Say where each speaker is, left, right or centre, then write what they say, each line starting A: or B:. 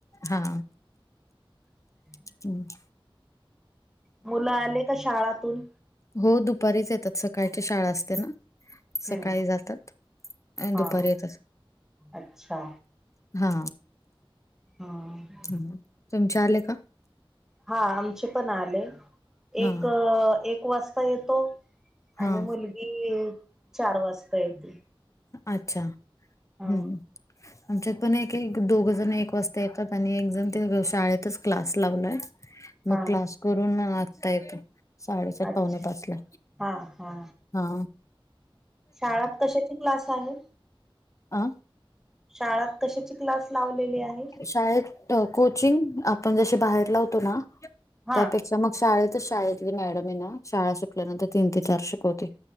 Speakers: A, on the left; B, in the centre.
A: हा
B: <inaudible>
A: <unintelligible>
B: मुलं आले का? शाळातून
A: हो. दुपारीच येतात. सकाळच्या शाळा असते ना.
B: हम्म.
A: सकाळी जातात. आणि
B: हा
A: दुपारी येतात.
B: अच्छा
A: हा
B: हा
A: हं, तुमच्या आले का?
B: हा आमचे पण आले.
A: हा
B: एक, एक वाजता येतो. आणि
A: हा
B: मुलगी चार वाजता येते.
A: अच्छा, हम्म,
B: हा
A: आमच्यात पण एक, एक दोघ जण एक वाजता येतात. आणि एक जण ते शाळेतच क्लास लावलाय.
B: हा
A: म करून आता येतो. साडेसात
B: अच्छा.
A: पावणे पाच ला
B: हा हा
A: हा
B: शाळात कशाची क्लास आहे.
A: आं
B: शाळात कशाची क्लास लावलेली आहे
A: शाळेत कोचिंग, आपण जशी बाहेर लावतो ना,
B: हा
A: त्या पे क्षा मग शाळेतच शाळेतली मॅडम ये ना, शाळा सूटल्यानंतर तीन ते चार शिकवते.